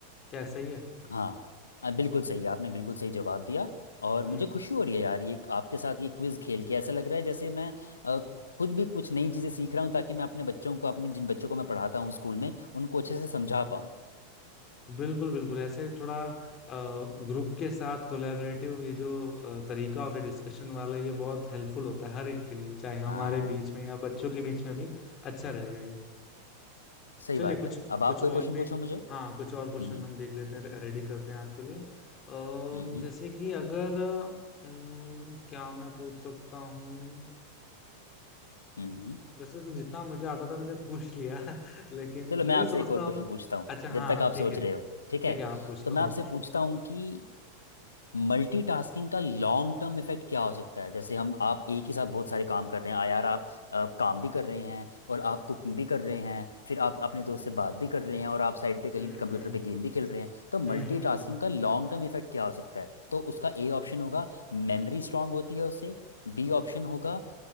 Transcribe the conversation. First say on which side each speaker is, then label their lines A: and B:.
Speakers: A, on the left; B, on the left.
A: क्या सही है
B: हाँ आ, बिल्कुल सही आपने बिल्कुल सही जवाब दिया और मुझे
A: हम्म
B: खुशी हो रही है यार ये आपके साथ ये क्विज खेल के ऐसा लग रहा है जैसे मैं आ, खुद भी कुछ नई चीज़ें सीख रहा हूँ ताकि मैं अपने बच्चों को अपने जिन बच्चों को मैं पढ़ाता हूँ स्कूल में उनको अच्छे से समझा पाऊँ
A: बिल्कुल बिल्कुल ऐसे थोड़ा ग्रुप के साथ कोलैबोरेटिव ये जो अ, तरीका होता है डिस्कशन वाला ये बहुत हेल्पफुल होता है हर एक के लिए चाहे हमारे
B: हाँ
A: बीच में या बच्चों के बीच में भी अच्छा रहेगा ये
B: सही
A: चलिए
B: बात
A: कुछ
B: है अब आप
A: कुछ
B: कोई
A: और
B: क्वेश्चन
A: भी
B: पूछो मुझे
A: हाँ कुछ और क्वेश्चन
B: हम्म
A: हम देख लेते हैं रेडी करते हैं आपके लिए अ,
B: हम्म
A: जैसे कि अगर अम, क्या मैं पूछ सकता हूँ
B: हम्म
A: हम्म, वैसे तो जितना मुझे आता था मैंने पूछ लिया <laughs> लेकिन
B: चलो
A: फिर
B: मैं आपसे
A: भी सोचता
B: एक और
A: हूँ
B: क्वेश्चन पूछता हूँ
A: अच्छा
B: जब
A: हाँ
B: तक आप
A: ठीक
B: सोच
A: है
B: रहे हो ठीक
A: ठीक
B: है
A: है आप पूछ
B: तो
A: लो
B: मैं आपसे
A: आप पूछ
B: पूछता
A: लो
B: हूँ कि मल्टीटास्किंग का लॉन्ग टर्म इफेक्ट क्या हो सकता है जैसे हम आप एक ही साथ बहुत सारे काम कर रहे हैं आ यार आप अ, काम भी कर रहे हैं और आप कुकिंग भी कर रहे हैं फिर आप अपने दोस्त से बात भी कर रहे हैं और आप साइड पे कहीं
A: हम्म
B: कंप्यूटर पे गेम भी खेल रहे हैं तो मल्टीटास्किंग
A: हम्म हम्म हम्म।
B: का लॉन्ग टर्म इफेक्ट क्या हो सकता है तो उसका ए ऑप्शन होगा मेमोरी स्ट्रांग होती है उससे बी ऑप्शन होगा